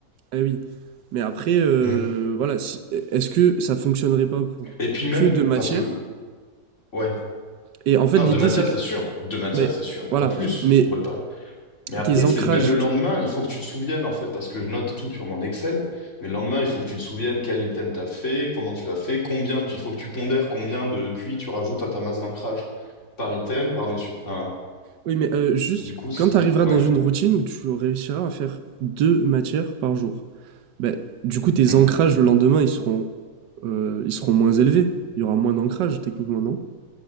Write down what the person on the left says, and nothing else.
Mm.
Et puis même,
parce que, ouais.
Non,
de matière,
c'est sûr. De matière,
c'est sûr.
Pas plus,
je pourrais pas. Mais après,
c'est
même le lendemain, il faut que tu te souviennes, en fait, parce que je note tout sur mon Excel. Mais le lendemain, il faut que tu te souviennes quel item t'as fait, comment tu l'as fait, combien, tu- il faut que tu pondères combien de QI tu rajoutes à ta masse d'ancrage par item, par notion. Enfin,
du coup, c'est
ça
qui- ouais.
Mm.